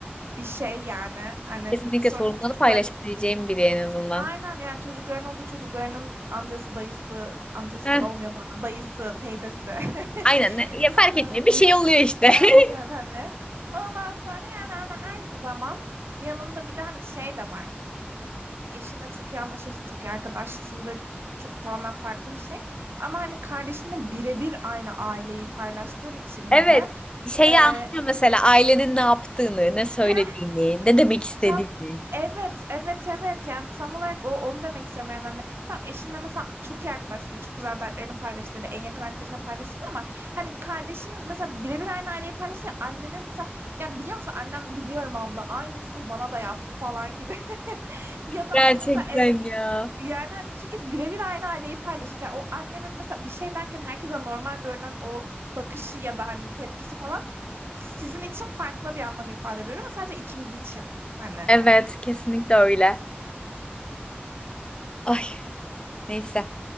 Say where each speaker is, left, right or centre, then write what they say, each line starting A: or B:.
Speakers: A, on the right (about 75°); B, on the left (about 25°).
A: bir şey yani. Hani
B: kesinlikle
A: sonra
B: sorunları
A: çocuklar
B: paylaşabileceğim biri en azından.
A: aynen yani çocukların olunca çocuklarının amcası dayısı amcası
B: Heh,
A: olmuyor bana dayısı teyzesi. <laughs>
B: aynen ne- ya fark
A: Aa,
B: etmiyor bir şey oluyor işte.
A: Aynen
B: <laughs>
A: hani. Ondan sonra yani hani her zaman yanında bir de hani şey de var. eşinle çok iyi anlaşırsın, çok iyi arkadaşsındır. Çok tamamen farklı bir şey. Ama hani kardeşinle birebir aynı aileyi paylaştığın için
B: Evet,
A: hani
B: şeyi
A: e,
B: anlıyor mesela ailenin ne yaptığını, ne söylediğini,
A: heh,
B: ne demek istediğini.
A: tam Evet, evet, evet. Yani tam olarak o onu demek istiyorum yani hani tam eşinle mesela çok iyi arkadaşsın, çok güzel dertlerini paylaştın ya da en yakın arkadaşına paylaştın ama hani kardeşin mesela birebir aynı aileyi paylaşınca annenin mesela ya biliyor musun annem biliyorum abla aynısını bana da yaptı falan gibi <laughs> ya da
B: Gerçekten
A: hani mesela evet
B: ya.
A: Yani hani çünkü birebir aynı aileyi paylaşıyorsun. Yani o annenin mesela bir şey derken herkese normal görünen o bakışı ya da hani tepkisi falan sizin için farklı bir anlam ifade ediyor ama sadece ikiniz için hani.
B: Evet, kesinlikle öyle. Ay neyse.